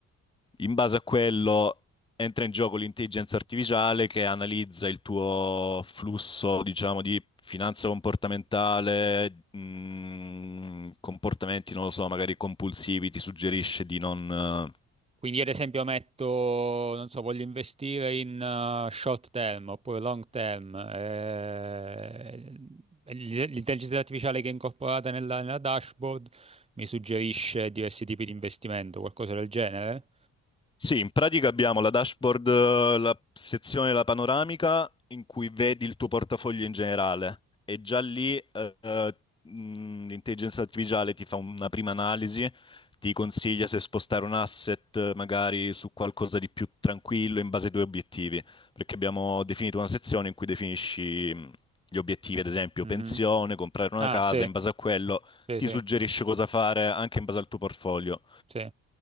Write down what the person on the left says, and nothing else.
In base a quello entra in gioco l'intelligenza artificiale che analizza il tuo flusso, diciamo, di finanza comportamentale, mh, comportamenti, non lo so, magari compulsivi, ti suggerisce di non, eh,
Sì, in pratica abbiamo la dashboard, eh, la sezione della panoramica in cui vedi il tuo portafoglio in generale e già lì eh, eh, mh, l'intelligenza artificiale ti fa una prima analisi, ti consiglia se spostare un asset eh, magari su qualcosa di più tranquillo in base ai tuoi obiettivi, perché abbiamo definito una sezione in cui definisci mh, gli obiettivi, ad esempio
pensione, comprare una
casa,
in base a quello
ti
suggerisce cosa fare anche in base al tuo portfolio.